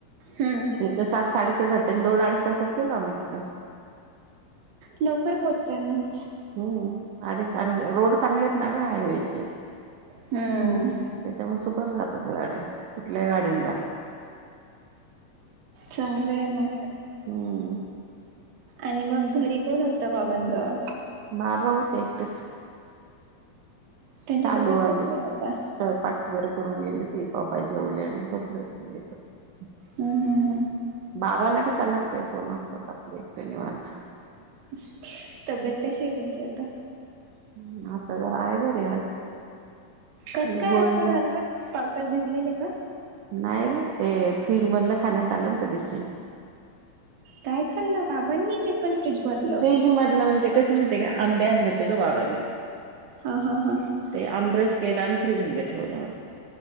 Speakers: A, on the right; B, on the right.
A: हम्म
B: इथं सात साडेसात झालतेत दोन अडीच तासात गेलो आम्ही तिथं.
A: लवकर पोहोचताय मग.
B: हम्म आणि चांग रोड चांगलेत ना गं हायवेचे.
A: हम्म
B: त्याच्यामुळे सुपर जातात गाड्या कुठल्याही गाडीन जा.
A: चांगलं आहे मग.
B: हम्म.
A: आणि मग घरी कोण होत बाबांजवळ.
B: बाबा होते एकटेच. सालू
A: त्यांची तब्येत
B: आले,
A: कशी आहे आता
B: स्वयपाक. वरी करून गेली होती पापाई जेवले आणि झोपलेत <unintelligible>
A: हम्म हम.
B: बाबांना कशाला लागतय फोन असतात आपले एकटे निवांत..
A: <inaudible> तब्येत कशी आहे तुमची आता.
B: हम्म आता जरा आहे बरी आज.
A: कस
B: गोळे
A: काय असं
B: घे
A: झालं, पावसात भिजलेले का?
B: नाही ना, ते फ्रीज मधलं खाण्यात आलं ना त्या दिवशी
A: काय खाल्ल बाबांनी ते पण फ्रीज मधलं.
B: फ्रीज मधलं म्हणजे कसं माहिते का आंबे आणले होते गं बाबांनी.
A: हा हा हा.
B: ते आमरस केलं आणि फ्रीजमध्ये ठेवलं होत.